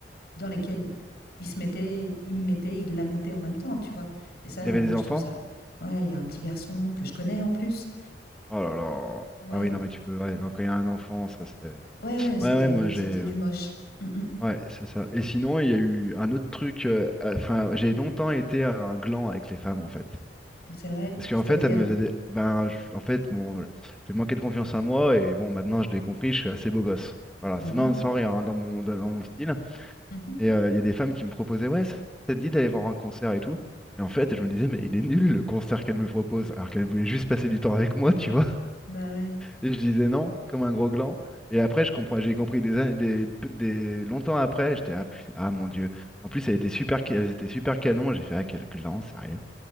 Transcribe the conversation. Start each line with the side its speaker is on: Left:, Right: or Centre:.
Left: dans laquelle il se mettait il me mettait il la mettait en même temps tu vois et ça
Centre: Il avait
Left: moi
Centre: des
Left: je
Centre: enfants?
Left: trouve ça ouais il y a un petit garçon que je connais en plus
Centre: Oh là là.
Left: ouais
Centre: Ah oui, non, mais tu peux. ouais, non, quand il y a un enfant, ça, c'est.
Left: ouais ouais c'était
Centre: Ouais, ouais, moi j'ai.
Left: c'était du moche Mm,
Centre: Ouais, c'est ça. Et sinon, il y a eu un autre truc. euh, euh, Enfin, j'ai longtemps été un gland avec les femmes, en fait.
Left: mm, c'est vrai
Centre: Parce qu'en
Left: c'est-à-dire
Centre: fait, elles me faisaient des... Ben, je- en fait, bon, j'ai manqué de confiance en moi et bon, maintenant je l'ai compris, je suis assez beau gosse. Voilà,
Left: Mhm,
Centre: c'est non, sans rire, hein, dans mon, dans mon style.
Left: mhm.
Centre: Et euh, il y a des femmes qui me proposaient, ouais, ça ça te dit d'aller voir un concert et tout. Et en fait, je me disais, mais il est nul le concert qu'elle me propose, alors qu'elle voulait juste passer du temps avec moi, tu vois.
Left: bah ouais
Centre: Et je disais non, comme un gros gland. Et après, je comprends, j'ai compris des, an- des, des- longtemps après, j'étais ah, pu- ah, mon Dieu. En plus, elle était super, ca- elles étaient super canon. J'ai fait ah quel gland, sérieux.